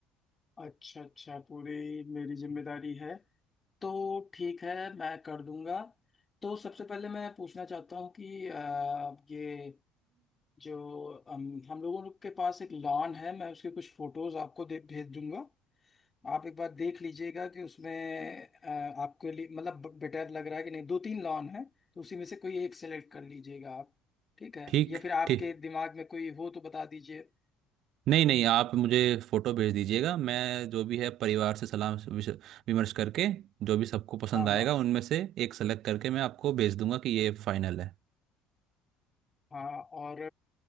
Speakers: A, on the left (about 25°); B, on the right (about 65°).
A: अच्छा अच्छा पूरी मेरी जिम्मेदारी है तो ठीक है मैं कर दूंगा तो सबसे पहले मैं पूछना चाहता हूँ कि अ, ये जो हम हम लोगों के पास एक लॉन है मैं उसके कुछ फोटोज आपको दे भेज दूंगा आप एक बार देख लीजिएगा कि उसमें अ, आपके लिए मतलब बेटर लग रहा है कि नहीं दो तीन लॉन है तो उसी में से कोई एक सेलेक्ट कर लीजिएगा आप ठीक है
B: ठीक
A: या फिर आपके
B: ठीक
A: दिमाग में कोई हो तो बता दीजिए
B: नहीं नहीं आप मुझे फोटो भेज दीजिएगा मैं जो भी है परिवार से सलाह विश- विमर्श करके जो भी सबको पसंद
A: हाँ
B: आएगा
A: हाँ
B: उनमें से एक सेलेक्ट करके मैं आपको भेज दूंगा कि ये फाइनल है
A: हाँ और